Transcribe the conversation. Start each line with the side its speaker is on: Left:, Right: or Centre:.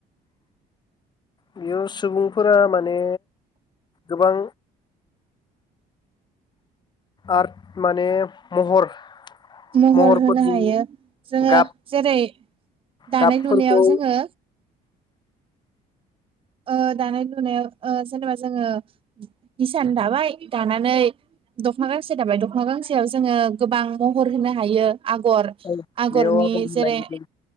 Left: बेयाव सुबुंफोरा मा ने गोबां आर्ट माने महर
Right: महर
Left: महरफोरजों
Right: होनो हायो जोङो
Left: गाब
Right: जेरै दानाय
Left: गाबफोरखौ
Right: लुनायाव जोङो ओ दानाय लुनायाव ओ जेनेबा जोङो हिसान दाबाय दानानै दख'ना गांसे दाबाय दख'ना गांसे याव जोङो गोबां महर होनो हायो आगर
Left: औ
Right: आगरनि
Left: बेयाव आगरनि
Right: जेरै